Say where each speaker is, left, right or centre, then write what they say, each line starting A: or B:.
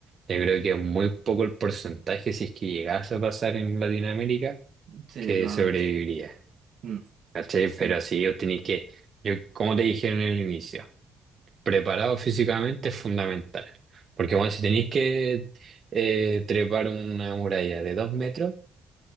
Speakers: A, on the right; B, on the right.
A: yo creo que es muy poco el porcentaje, si es que llegase a pasar en Latinoamérica,
B: sí,
A: que
B: totalmente.
A: sobreviviría.
B: Mm,
A: ¿Cachai?
B: sí.
A: Pero sí, yo tenía que, yo, como te dije en el inicio, preparado físicamente es fundamental. Porque bueno, si tenéis que eh, trepar una muralla de dos metros,